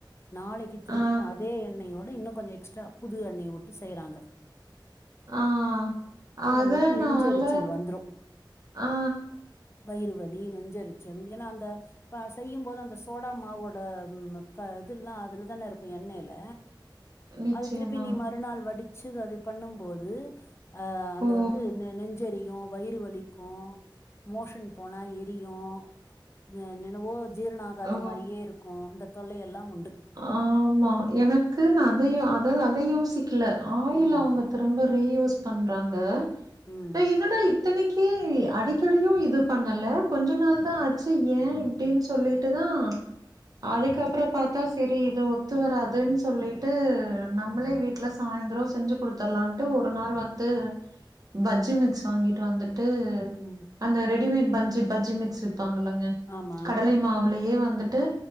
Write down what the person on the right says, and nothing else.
ஆ,
ஆ அது
நால
ஆ
நிச்சயமா.
ஓ!
ஓ!
ஆமா எனக்கு நா அதையோ அத அதை யோசிக்கல ஆயில்
அவுங்க திரும்ப ரீயூஸ் பண்றாங்க
டே என்னடா இ இத்தனைக்கு அடிக்கடியும் இது பண்ணல கொஞ்ச நாள் தான் ஆச்சு ஏன் இப்டின்னு சொல்லி ட்டு தான் அதுக்கப்புறம் பா த்த சரி இது ஒத்து வராதுன் சொல்லிட்டு நம்மளே வீட்ல சாய்ந்திரம் செஞ்சு கொடு த்தர்லான்ட்டு ஒரு நாள் வந்து பஜ்ஜி மிக்ஸ் வாங்கிட்டு வந்து ட்டு
அந்த ரெடிமேட் பஞ்சி பஜ்ஜி மிக்ஸ் விப்பாங்கல்லங்க
கடலை மாவுலயே வந்துட்டு